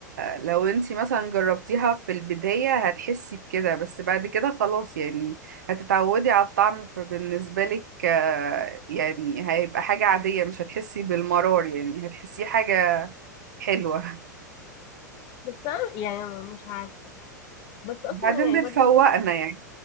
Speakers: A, on the right; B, on the left.
A: لو انتي مثلا جربتيها في البداية هتحسي بكده بس بعد كده خلاص يعني هتتعودي على الطعم فبالنسبة لك آه، يعني هيبقى حاجة عادية مش هتحسي بالمرار يعني هتحسيه حاجة حلوة
B: بس انا يعني مش عارفه بس
A: <laughs>
B: اصلا
A: بعدين
B: يعني برضه
A: بتفوقنا يعني